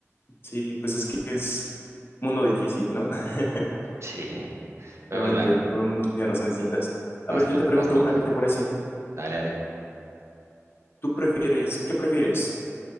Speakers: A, on the left; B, on the right.
A: Sí, pues es que es mundo difícil, ¿no? <laughs>
B: Sí, pero
A: Realmente
B: pues bueno,
A: todo el mundo tiene razones distintas. A
B: vas
A: ver,
B: tú,
A: yo te pregunto
B: vas tú.
A: una, ¿qué te parece?
B: Dale, dale.
A: ¿Tú prefieres, qué prefieres?